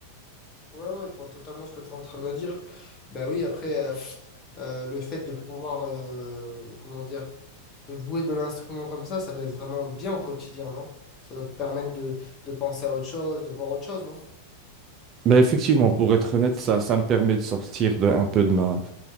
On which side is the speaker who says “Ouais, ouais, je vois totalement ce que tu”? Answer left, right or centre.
Left